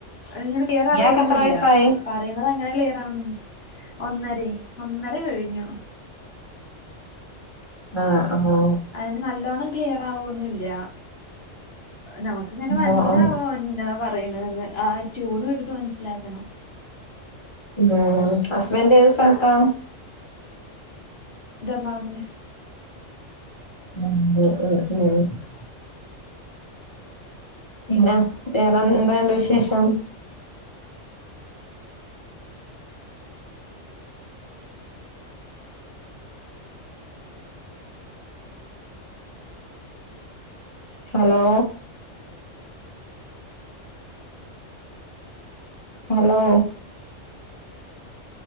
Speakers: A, on the left (about 55°); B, on the left (about 25°).
A: അങ്ങനെ ക്ലിയറാവൊന്നുല്ല.
B: ഇയാക്ക് എത്ര വയസ്സായി
A: പറയുന്നത് അങ്ങനെ ക്ലിയർ ആവണൊന്ന് ഒന്നരെ ഒന്നര കഴിഞ്ഞു.
B: ആഹ് ആഹ്.
A: അയ്ന് നല്ലോണ്ണം ക്ലിയർ ആവോന്നില്ല നമക്കിങ്ങനെ മനസ്സിലാവും.
B: ഓ ഓ
A: ഇന്നതാ പറയണ്ന്ന് ആ ടൂണ് കേട്ടിട്ട് മനസ്സിലാക്കണം.
B: മ് ഹസ്ബൻഡ് ഏത് സ്ഥലത്താ?
A: ദമാമില്.
B: ഉം ഉം ഉം ഹ്. പിന്നെ വേറ എന്താണ്ട് വിശേഷം? ഹലോ? ഹലോ.